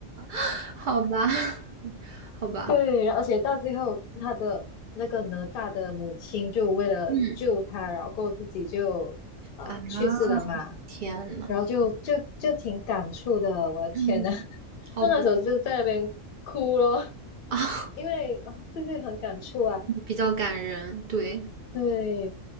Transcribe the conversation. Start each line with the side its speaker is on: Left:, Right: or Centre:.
Right: <laughs> 好吧，<laughs> 好吧，
Left: 对，而且到最后，他的那个哪吒的母亲就为了救他，
Right: 嗯，
Left: 然后自己就呃去世了嘛，
Right: 啊，天呐，
Left: 然后就就就挺感触的，我的天呐，
Right: 嗯，
Left: <laughs>
Right: 好吧，
Left: 那那时候就在那边哭咯，
Right: <laughs> 啊，
Left: 因为啊、对对，很感触啊，
Right: 比较感人，对，
Left: 对，